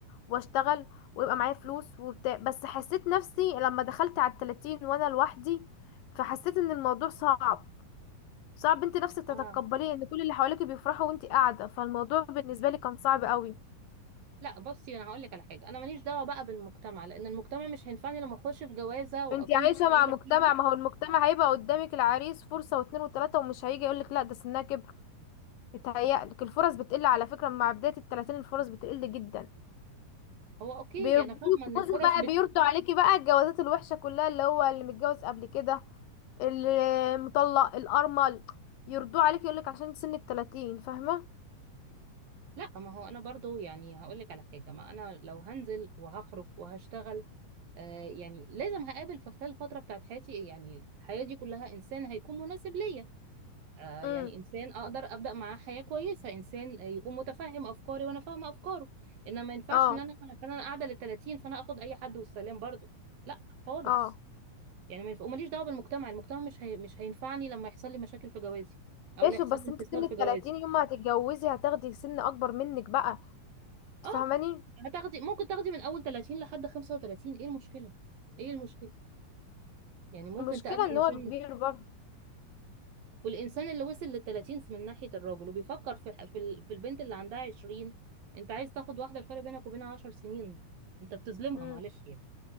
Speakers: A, on the left; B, on the right.
A: واشتغل ويبقى معايا فلوس وبتاع بس حسيت نفسي لما دخلت على التلاتين وانا لوحدي فحسيت ان الموضوع صعب صعب انت نفسك تتقبليه
B: اه
A: ان كل اللي حواليك بيفرحوا وانت قاعده فالموضوع بالنسبه لي كان صعب قوي
B: لا بصي انا هقول لك على حاجه انا ماليش دعوه بقى بالمجتمع لان المجتمع مش هينفعني لما اخش في جوازه واكون
A: انت عايشه
B: مش سعيده
A: مع مجتمع
B: فيها
A: ما هو المجتمع هيبقى قدامك العريس فرصه واتنين وتلاته ومش هيجي يقولك لا ده سنها كبر يتهيألك الفرص بتقل على فكره مع بدايه التلاتين الفرص بتقل جدا
B: هو اوكي
A: بيرضوك
B: انا فاهمه ان الفرص
A: بصي بقى
B: بت...
A: بيرضوا عليكي بقى الجوازات الوحشه كلها اللي هو اللي متجوز قبل كده المطلق الارمل يرضوه عليكي يقولك عشان انت سنك 30 فاهمه
B: لا ما هو انا برضو يعني هقول لك على حاجه ما انا لو هنزل وهخرج وهشتغل آه يعني لازم هقابل في خلال الفتره بتاعت حياتي يعني الحياه دي كلها انسان هيكون مناسب ليا آه، يعني
A: امم
B: انسان اقدر ابدا معاه حياه كويسه انسان آه، يكون متفهم افكاري وانا فاهمه افكاره انما ما ينفعش
A: اه
B: ان انا عشان انا قاعده لل 30 فانا اخد اي حد والسلام برضو لا خالص
A: اه
B: يعني ما ينفع- وماليش دعوه بالمجتمع المجتمع مش هي... مش هينفعني لما يحصل لي مشاكل في جوازي او
A: ماشي
B: لا يحصل
A: بس
B: لي انفصال
A: انت سن
B: في
A: ال 30
B: جوازي
A: يوم ما هتتجوزي هتاخدي سن اكبر منك بقى تفهماني
B: اه هتاخدي ممكن تاخدي من اول 30 لحد 35 ايه المشكله ايه المشكله يعني ممكن
A: المشكله
B: تقابلي
A: ان
B: انسان
A: هو كبير برضه
B: والإنسان اللي وصل للتلاتين من ناحية الراجل وبيفكر في في ال- في البنت اللي عندها عشرين أنت عايز تاخد واحدة الفرق بينك وبينها عشر سنين أنت بتظلمها
A: مم.
B: معلش يعني